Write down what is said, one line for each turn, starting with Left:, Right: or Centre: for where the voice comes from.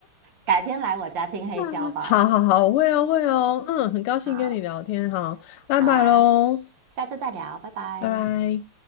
Right: 改天来我家听黑胶吧。
Left: <laughs> 好好好，我会哦，会哦，嗯，很高兴跟你聊天，
Right: 好，
Left: 好，拜拜喽，
Right: 好啊，下次再聊，拜拜。
Left: 拜拜。